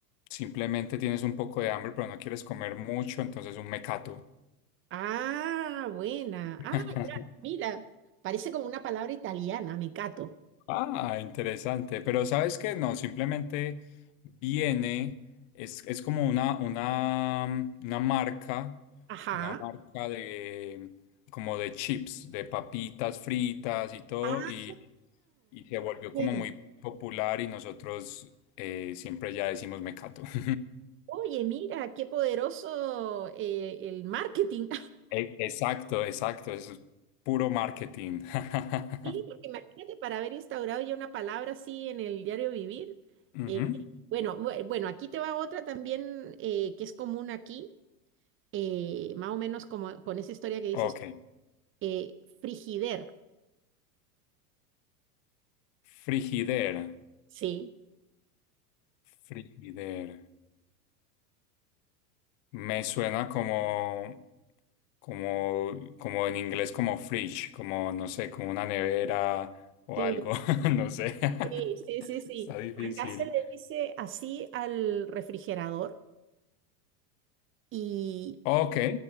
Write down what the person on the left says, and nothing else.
simplemente tienes un poco de hambre, pero no quieres comer mucho, entonces un mecato.
<laughs>
Ah, interesante. Pero ¿sabes qué? No, simplemente viene, es, es como una, una, mm, una marca,
una marca de, como de chips, de papitas fritas y todo,
y, y se volvió
como muy popular y nosotros eh, siempre ya decimos mecato. <laughs>
E- Exacto, exacto, eso es puro marketing. <laughs>
Ujú,
Ok.
Frigider,
frigider. Me suena como, como, como en inglés como fridge, como no sé, como una nevera o
algo, <laughs> no sé.
<laughs>
Está difícil.
Ok.